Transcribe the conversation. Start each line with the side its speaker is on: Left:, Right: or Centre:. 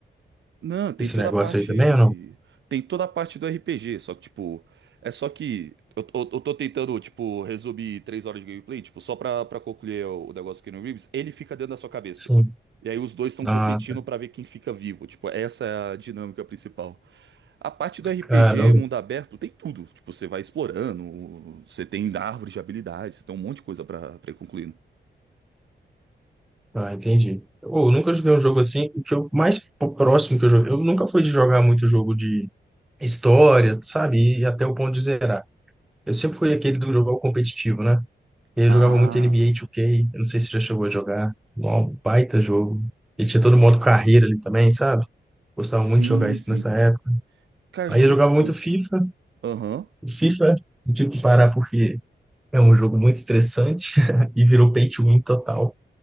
Right: Não, tem
Centre: esse
Right: toda
Centre: negócio
Right: a parte.
Centre: aí também ou não?
Right: Tem toda a parte do RPG, só que, tipo. É só que. Eu, eu, eu tô tentando, tipo, resumir três horas de gameplay, tipo, só pra, pra concluir o, o negócio do Keanu Reeves, ele fica dentro da sua cabeça.
Centre: Sim.
Right: E aí os dois estão
Centre: Ah,
Right: competindo
Centre: tá.
Right: pra ver quem fica vivo. Tipo, essa é a dinâmica principal. A parte do RPG,
Centre: Caramba.
Right: mundo aberto, tem tudo. Tipo, você vai explorando, você tem árvores de habilidades, tem um monte de coisa pra, pra ir concluindo.
Centre: Ah, entendi. Ô, Eu nunca joguei um jogo assim. O que eu mais próximo que eu joguei. Eu nunca fui de jogar muito jogo de história, sabe? E até o ponto de zerar. Eu sempre fui aquele do jogar o competitivo, né? E Eu
Right: Ah,
Centre: jogava muito NBA 2K, eu não sei se já chegou a jogar. Um baita jogo. E tinha todo modo carreira ali também, sabe? Gostava
Right: sim,
Centre: muito de jogar isso
Right: sim.
Centre: nessa época.
Right: Cara,
Centre: Aí
Right: joguei
Centre: eu jogava muito
Right: pouco.
Centre: FIFA.
Right: Aham.
Centre: O FIFA, eu tive que parar porque é um jogo muito estressante <laughs> e virou pay to win total.